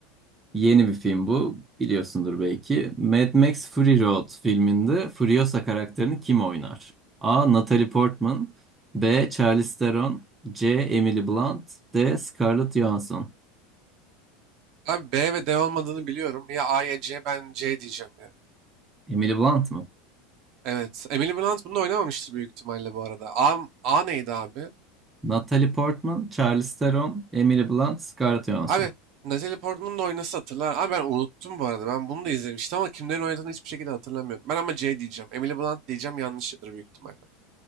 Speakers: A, on the right; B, on the right.
A: yeni bir film bu. Biliyorsundur belki. Mad Max Fury Road filminde Furiosa karakterini kim oynar? A. Natalie Portman B. Charlize Theron C. Emily Blunt D. Scarlett Johansson
B: Abi B ve D olmadığını biliyorum. Ya A ya C ben C diyeceğim ya.
A: Emily Blunt mı?
B: Evet. Emily Blunt bunu oynamamıştır büyük ihtimalle bu arada. A, A neydi abi?
A: Natalie Portman, Charlize Theron, Emily Blunt, Scarlett Johansson.
B: Abi Natalie Portman'ın da oynasa hatırlar. Abi ben unuttum bu arada. Ben bunu da izlemiştim ama kimlerin oynadığını hiçbir şekilde hatırlamıyorum. Ben ama C diyeceğim. Emily Blunt diyeceğim yanlışıdır büyük ihtimalle.